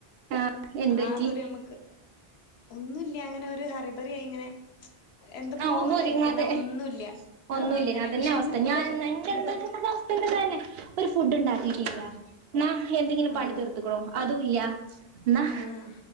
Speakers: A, on the right; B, on the left.
A: ആഹ് എന്ത് പറ്റി
B: ആകെ ഒരു ഞമ്മക്ക് ഒന്നുല്ല്യ. അങ്ങനെ ഒരു ഹറിബറി ആയി ഇങ്ങനെ എന്തൊക്കോ
A: ആഹ് ഒന്നും ഒതുങ്ങാതെ.
B: തിരക്കുന്നാ ഒന്നുല്ല
A: ഒന്നു
B: ആഹ്
A: ഇല്ലേയ്നിം.
B: അങ്ങനെ
A: അതന്നെ
B: പക്ഷെ
A: അവസ്ഥ
B: ഇന്നിപ്പ
A: ഞാൻ എ
B: ഇന്നിപ്പ
A: <unintelligible> <unintelligible> ഇത് തെന്നെ ഒരു ഫുഡ് ഇണ്ടാക്കീട്ടില്ല.
B: ആഹ്
A: ഇന്നാ എന്തെങ്കിലും പണി
B: ആഹ്
A: തീർത്ത്ക്ക്ണോ അതും ഇല്ല. ഇന്നാ
B: ആഹ്